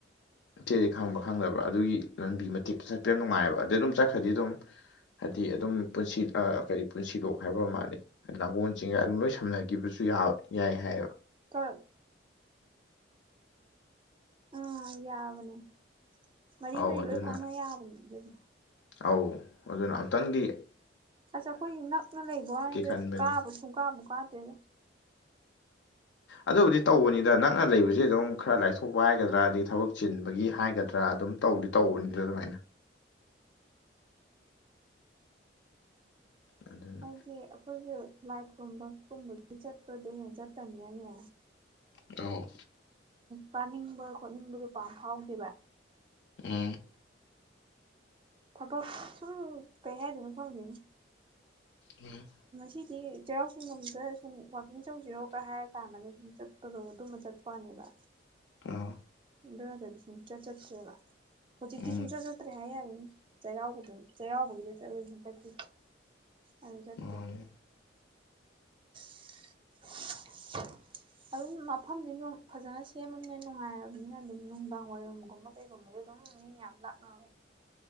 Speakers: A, on the left (about 65°); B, on the right (about 25°).
A: ꯏꯆꯦꯗꯤ ꯈꯪꯕ ꯈꯪꯗꯕ ꯑꯗꯨꯒꯤ ꯂꯝꯕꯤ ꯃꯇꯛꯇ ꯆꯠꯄ ꯌꯥꯝ ꯅꯨꯡꯉꯥꯏꯑꯕ ꯑꯗꯩ ꯑꯗꯨꯝ ꯆꯠꯈ꯭ꯔꯗꯤ ꯑꯗꯨꯝ ꯍꯥꯏꯗꯤ ꯑꯗꯨꯝ ꯄꯨꯟꯁꯤ ꯀꯔꯤ ꯄꯨꯟꯁꯤꯂꯣꯛ ꯍꯥꯏꯕ ꯑꯣꯏꯔ ꯃꯥꯜꯂꯦ ꯂꯥꯡꯒꯣꯜ ꯆꯤꯡꯉꯥꯏ ꯑꯗꯨꯝ ꯂꯣꯏ ꯁꯝ ꯅꯒꯤꯕꯁꯨ ꯌꯥꯏ ꯍꯥꯏꯌꯦꯕ
B: ꯎꯝ ꯑꯥ ꯌꯥꯕꯅꯦ ꯃꯔꯤ
A: ꯑꯧ
B: ꯃꯔꯤ
A: ꯑꯗꯨꯅ
B: ꯂꯣꯏ ꯐꯥꯎꯅꯕ ꯌꯥꯕꯅꯦ ꯑꯗꯨꯗꯣ
A: ꯑꯧ ꯑꯗꯨꯅ ꯑꯃꯨꯛꯇꯪꯗꯤ
B: ꯑꯁ ꯑꯩꯈꯣꯏ ꯅꯛꯅ ꯂꯩꯕ ꯋꯥꯅꯤꯗ
A: ꯈꯟꯕꯅꯤ
B: ꯀꯥꯕꯨ ꯁꯨꯡ ꯀꯥꯕꯨ ꯀꯥꯗ꯭ꯔꯦꯗ <inaudible>
A: ꯑꯗꯨꯕꯨꯗꯤ ꯇꯧꯕꯅꯤꯗ ꯅꯛꯅ ꯂꯩꯕꯁꯦ ꯑꯗꯨꯝ ꯈꯔ ꯂꯥꯏꯊꯣꯛꯄ ꯍꯥꯏꯒꯗ꯭ꯔꯥ ꯑꯗꯒꯤ ꯊꯕꯛ ꯆꯤꯟꯕꯒꯤ ꯍꯥꯏꯒꯗ꯭ꯔꯥ ꯑꯗꯨꯝ ꯇꯧ ꯇꯧꯗꯤ ꯇꯧꯕꯅꯤꯗ ꯑꯗꯨꯃꯥꯏꯅ ꯑꯗꯨꯅ
B: ꯍꯥꯏꯗꯤ ꯑꯩꯈꯣꯏꯒꯤ ꯂꯥꯏ ꯈꯨꯨꯝꯕ ꯀꯨꯝꯕꯒꯤ ꯆꯠꯄꯗ ꯍꯦꯟꯅ ꯆꯠꯇꯕꯅꯤꯅꯅꯦ
A: ꯇꯥꯎ
B: ꯀꯥꯅꯤꯡꯕ ꯈꯣꯠꯅꯤꯡꯕꯗꯨ ꯄꯥꯛ ꯐꯥꯎꯗꯦꯕ
A: ꯎꯝ
B: ꯊꯕꯛ ꯁꯨꯝ ꯀꯩ ꯍꯥꯏꯗꯅꯣ ꯈꯪꯗꯦ
A: ꯎꯝ
B: ꯁꯤꯗꯤ ꯆꯩꯔꯥꯎ ꯆꯤꯡ ꯂꯣꯝꯗ ꯁꯨꯝ ꯋꯥꯛꯀꯤꯡ ꯆꯠꯂꯨꯁꯤꯔꯣꯒ ꯍꯥꯏꯔ ꯀꯥꯟꯗꯒ ꯁꯨꯝ ꯆꯠꯄꯗꯣ ꯑꯗꯨꯃ ꯆꯠꯄ ꯋꯥꯅꯦꯕ ꯕ
A: ꯑꯥ
B: ꯗꯨ ꯅꯠꯇ꯭ꯔꯗꯤ ꯁꯨꯡꯆꯠ ꯆꯠꯇ꯭ꯔꯦꯕ ꯍꯧꯖꯤꯛꯇꯤ
A: ꯎꯝ
B: ꯁꯨꯡꯆꯠ ꯆꯠꯇ꯭ꯔꯦ ꯍꯥꯏ ꯌꯥꯅꯤꯅ ꯆꯩꯔꯥꯎꯕꯗ ꯆꯩꯔꯥꯎꯕꯒꯤꯗ ꯆꯠꯂꯨ ꯍꯟꯇꯛꯀꯤ ꯑꯗꯨ ꯆꯠꯇꯦ
A: ꯃꯥꯅꯦ
B: <inaudible> ꯑꯗꯨꯝ ꯃꯐꯝꯗꯤ ꯐꯖꯅ ꯁꯦꯝꯃꯕꯅꯤꯅ ꯅꯨꯡꯉꯥꯏꯔꯕꯅꯤꯅ ꯑꯗꯨꯝ ꯅꯨꯡꯗꯥꯡ ꯋꯥꯏꯔꯝꯒꯨꯝꯕ ꯀꯩꯒꯨꯝꯕꯗꯤ ꯑꯗꯨꯝ ꯃꯤ ꯌꯥꯝ ꯂꯥꯛꯅꯕꯅꯦ